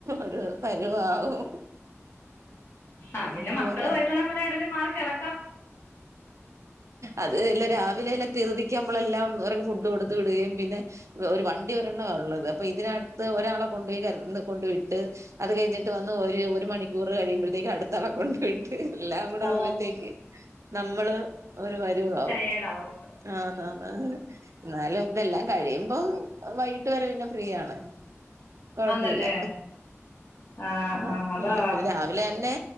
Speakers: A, on the right; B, on the left.
A: ഒരു പരുവാവും
B: ആഹ് പിന്നെ
A: എന്ത്
B: മക്കള്
A: പറയാ
B: വരുന്നോണം വരെ എവിടേലും മാറി കെട
A: അത് വല്ല രാവിലെ വല്ല തിറുതിക്ക്‌ ആമ്പോളെല്ലാം എറങ്ങി ഫുഡ് കൊടുത്ത് വിടുകയും പിന്നെ ഒരു വണ്ടി ഒരെണ്ണവ ഉള്ളത് അപ്പൊ ഇതിനാടത്ത് ഒരാള കൊണ്ട് പോയി അടുത്തന്ന് കൊണ്ട് വിട്ട് അത് കഴിഞ്ഞിട്ട് വന്ന് ഒര് ഒരു മണിക്കൂർ കഴിയുമ്പോഴത്തേക്ക് അടുത്ത ആള കൊണ്ട് വി എല്ലാം കൂടെ
B: ഓ
A: ആവുമ്പോത്തേക്ക് നമ്മള് ഒരു വരുവം ആവും
B: ടയേർഡ് ആവും
A: ആഹ് എന്ന എന്നാലും ഇതെല്ലാം കഴിയുമ്പം വൈകീട്ട് വരെ പിന്നെ ഫ്രീ ആണ്. കൊഴപ്പമില്ല
B: ആന്നല്ലേ ആ
A: കൊഴപ്പുല്ല
B: ആ അതാ
A: പിന്നെ രാവിലെ തന്നെ